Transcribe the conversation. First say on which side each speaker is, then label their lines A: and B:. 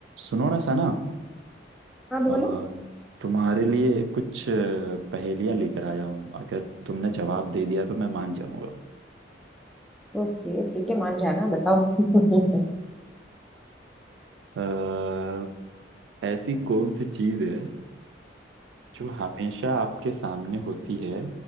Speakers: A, on the right; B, in the centre.
A: सुनो ना सना
B: हाँ बोलो
A: अ, तुम्हारे लिए कुछ पहेलियां लेकर आया हूँ अगर तुमने जवाब दे दिया तो मैं मान जाऊंगा
B: ओके ठीक है मान जाना बताओ <laughs> हम्म
A: अ, ऐसी कौन सी चीज है जो हमेशा आपके सामने होती है